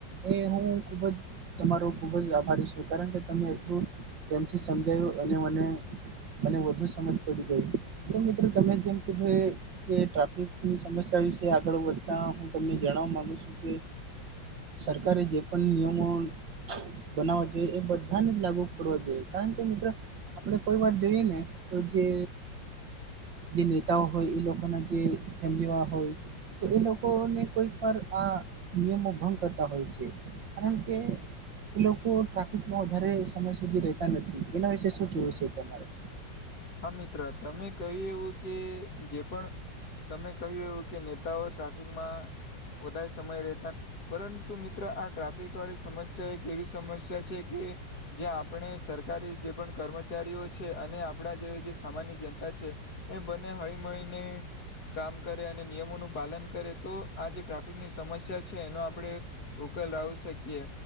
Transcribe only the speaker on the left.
હા મિત્ર તમે કહ્યું એવું કે જે પણ તમે કહ્યું એવુ કે નેતાઓ ટ્રાફિકમાં વધારે સમય રહેતા પરંતુ મિત્ર આ ટ્રાફિક વાળી સમસ્યા એક એવી સમસ્યા છે કે જે આપણે સરકારી જે પણ કર્મચારીઓ છે અને આપણા જેવી જે સામાન્ય જનતા છે. એ બને હળી મળીને કામ કરે અને નિયમોનું પાલન કરે તો આ જે ટ્રાફિકની સમસ્યા છે એનો આપણે ઉકેલ લાવી શકીએ.